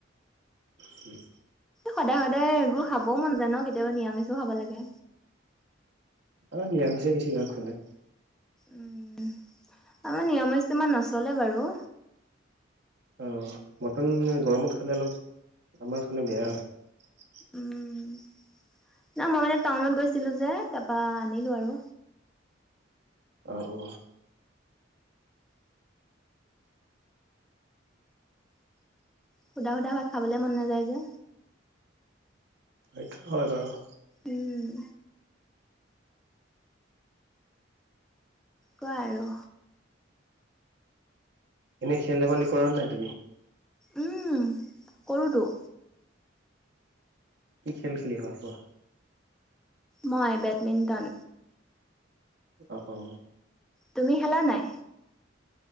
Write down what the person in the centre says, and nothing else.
সদায় সদায় এইবোৰ খাবও মন জা ই ন, কেতিয়াবা নিৰামিছেও খাব লাগে।
উম। আমাৰ নিৰামিছটো ইমান নচলে বাৰু।
উম, ন মই মানে টাউনত গৈছিলো যে, তাপা আনিলো আৰু।
সুধা সুধা ভাত খাবলে মন নাযায় যে।
উম। কোৱা আৰু।
উম কৰোতো
মই বেডমিণ্টন।
তুমি খেলা নাই?